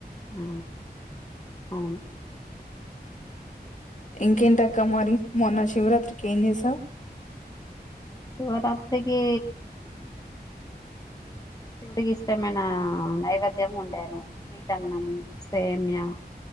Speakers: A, on the left; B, on the left.
A: ఆ అవును
B: ఇంకేంటక్కా మరి మొన్న శివరాత్రికి ఏం చేసావు.
A: శివరాత్రికి శివుడికి ఇష్టమైన నైవేద్యం వండాను స్వీట్ అన్నం, సేమియా